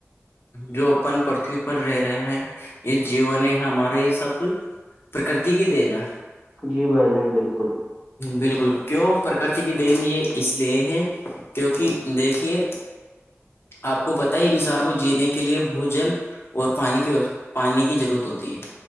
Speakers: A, on the left (about 55°); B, on the right (about 30°).
A: جو اپن پرتھوی پر رہ رہے ہیں یہ جیون ہے ہمارا یہ سب پرکرتی کی دینا
B: جی بھائی جان بالکل
A: بالکل کیوں پرکرتی کی دین یہ اس لیے ہے کیونکہ دیکھیے آپ کو پتا ہے انسان کو جینے کے لیے بوجن اور پانی کی پانی کی ضرورت ہوتی ہے